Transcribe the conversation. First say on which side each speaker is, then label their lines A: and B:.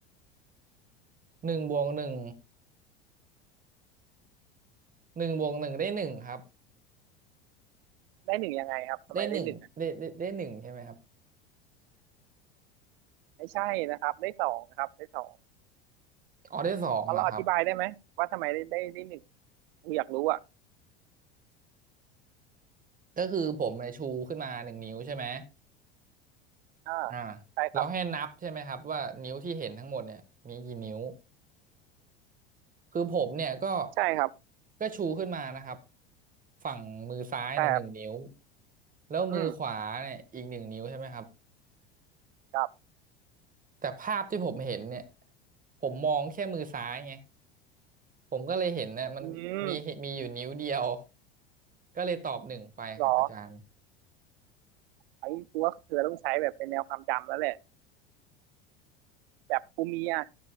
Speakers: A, on the right; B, on the right.
A: หนึ่งบวกหนึ่ง หนึ่งบวกหนึ่งได้หนึ่งครับ
B: ได้หนึ่งยังไงครับทำไมได้หนึ่ง
A: ได้หนึ่งได้ได้ได้หนึ่งใช่ไหมครับ
B: ไม่ใช่นะครับได้สองนะครับได้สอง
A: อ๋อได้สองเหรอครับ
B: พอเราอธิบายได้ไหมว่าทำไมได้ได้ได้หนึ่งอยากรู้อ่ะ
A: ก็คือผมเนี่ยชูขึ้นมาหนึ่งนิ้วใช่ไหม
B: อ่า
A: อ่า
B: ใช่ครับ
A: แล้วให้นับใช่ไหมครับว่านิ้วที่เห็นทั้งหมดเนี่ยมีกี่นิ้วคือผมเนี่ยก็
B: ใช่ครับ
A: ก็ชูขึ้นมานะครับฝั่งมือซ้ายเนี่ยหนึ่งนิ้ว
B: แต่
A: แล้วมือขวาเนี่ยอีกหนึ่งนิ้วใช่ไหมครับ
B: อืมครับ
A: แต่ภาพที่ผมเห็นเนี่ยผมมองแค่มือซ้ายไง ผมก็เลยเห็นนะมันมีมีอยู่นิ้วเดียว
B: อืม
A: ก็เลยตอบหนึ่งไปครับอาจารย์
B: หรอไอ้กูว่าเธอต้องใช้แบบเป็นแนวความจำแล้วแหละแบบกูมีอ่ะ